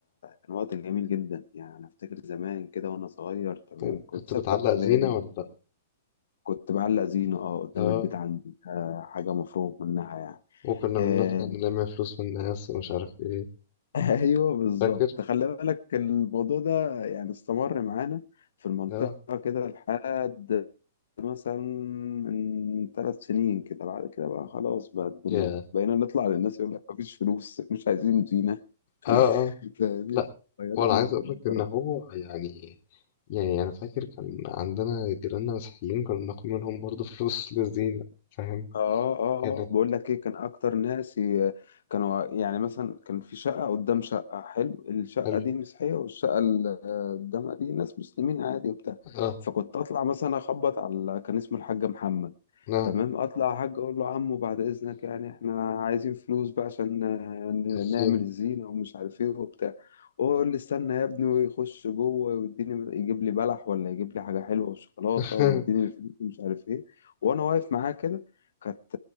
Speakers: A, on the left; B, on the left.
A: كان وقت جميل جدا يعني أنا أفتكر زمان كده وأنا صغير تمام
B: وكنت
A: كنت ستة
B: بتعلق
A: ابتدائي
B: زينة ولا لأ؟
A: كنت بعلق زينة أه قدام
B: اه
A: البيت عندي آه حاجة مفروغ منها يعني
B: وكنا
A: آه
B: بنطلع نلم فلوس من الناس ومش عارف ايه
A: <laughs> أيوه بالظبط
B: فاكر؟
A: خلي بالك الموضوع ده يعني استمر معانا في المنطقة
B: اه
A: كده لحد مثلا من ثلاث سنين كده بعد كده بقى خلاص بقى الدنيا
B: يا
A: بقينا نطلع للناس يقول لك مفيش فلوس مش عايزين زينة
B: اه اه
A: <laughs> فاهمين
B: لا
A: غيرت
B: وانا
A: 180
B: عايز اقول لك ان
A: درجة
B: هو يعني يعني انا فاكر كان عندنا جيراننا مسيحيين كنا بناخد منهم برضه فلوس <laughs> للزينة فاهم
A: اه اه
B: كانت
A: اه بقول لك ايه كان اكتر ناس ي- كانوا يعني مثلا كان في شقه قدام شقه حلو الشقه
B: حلو
A: دي مسيحيه والشقه اللي قدامها دي ناس مسلمين عادي وبتاع
B: اه
A: فكنت اطلع مثلا اخبط على كان اسمه الحاج محمد
B: اه
A: تمام اطلع يا حاج اقول له عمو بعد اذنك يعني احنا عايزين فلوس بقى عشان ن-
B: الزينة
A: نعمل الزينه ومش عارف ايه وبتاع هو يقول لي استنى يا ابني ويخش جوه ويديني يجيب لي بلح ولا يجيب لي حاجه حلوه وشوكولاته
B: <laughs>
A: ويديني الفلوس ومش عارف ايه وانا واقف معاه كده كانت